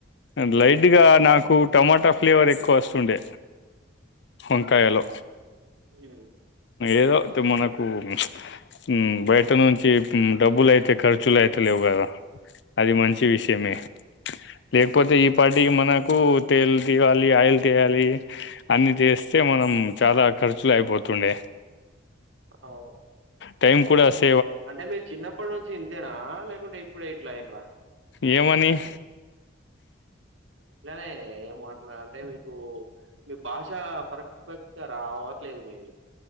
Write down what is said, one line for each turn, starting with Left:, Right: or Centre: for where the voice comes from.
Left: ఆ లైట్ ఆ నాకు టమాటా ఫ్లేవర్ ఎక్కువ వస్తుండే వంకాయలో
Right: అట్లనే ఉంటది హ్మ్.
Left: ఏదో ఐతే మనకు ప్చ్ ఉ బయట నుంచి ఉమ్ డబ్బులు అయితే ఖర్చులు అయిత లేవు కదా అది మంచి విషయమే లేకపోతే ఈ ప్పటి మనకు తేలు తీయాలి ఆయిల్ తీయాలి అన్ని తీస్తే మనం చాలా ఖర్చులు అయిపోతుండే
Right: అవు
Left: టైమ్ కూడా అస్
Right: అంటే మీరు చిన్నప్పటి నుంచి ఇంతేనా లేకుంటే ఇప్పుడ ఇట్లయిన్రా
Left: ఏమని
Right: ఇట్లనే ఏం మాట్లా అంటే మీకు మీ భాష ఫరక్ట్ ఫరక్ట్ రావట్లేదు మీది